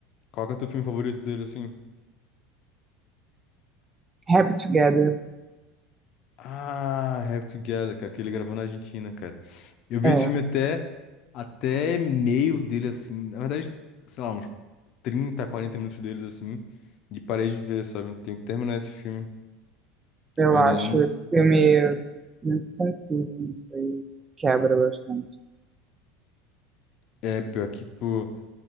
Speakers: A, on the left; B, on the right.
A: Qual que é o teu filme favorito dele assim?
B: Happy Together.
A: Ah, Happy Together, cara, que ele gravou na Argentina, cara. Eu vi
B: É,
A: esse filme até até meio dele assim, na verdade, sei lá, uns 30, 40 minutos deles assim, e parei de ver, sabe? Tem que terminar esse filme.
B: eu
A: Eu ainda
B: acho
A: não
B: esse filme muito sensível, não sei. Quebra bastante.
A: é pior que tipo